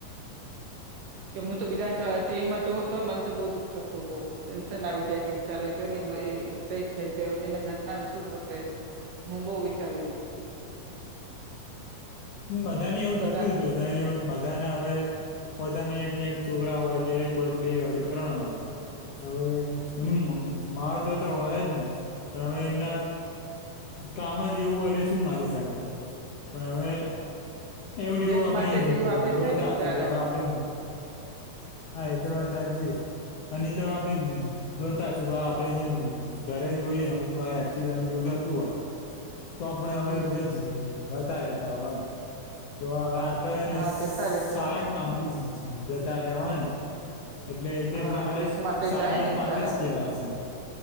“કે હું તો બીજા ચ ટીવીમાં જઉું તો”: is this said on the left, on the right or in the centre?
Right